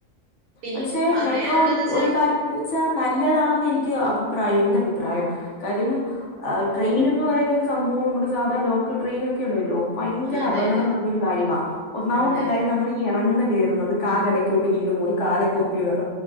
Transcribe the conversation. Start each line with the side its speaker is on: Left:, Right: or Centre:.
Right: ഇനി
Left: പക്ഷെ
Right: പറയാനുള്ളന്ന്
Left: മെട്രോ ഒരു
Right: വെച്ചാ
Left: ഒരു കാര്യത്തി തീച്ചാ നല്ലതാണെന്ന് എനിക്ക് അഭിപ്രായം എന്റെ അഭിപ്രായം കാര്യം ട്രെയിൻ എന്ന് പറയുന്ന ഒരു സംഭവം നമ്മുടെ സാധാരണ ലോക്കൽ ട്രെയിന ഒക്കെ ഉണ്ടല്ലോ ഭയങ്കര
Right: അതെ
Left: അപകടം
Right: അതെ
Left: നിറഞ്ഞൊരു കാര്യമാ ഒന്നാമത്തെ
Right: അതെ
Left: കാര്യം
Right: അതെ
Left: നമ്മൾ ഈ എറങ്ങുന്ന കേറുന്നത് കാലെടക്കോട്ട് വീണു പോയ് കാലൊക്കെ ഒത്തിരി വെറ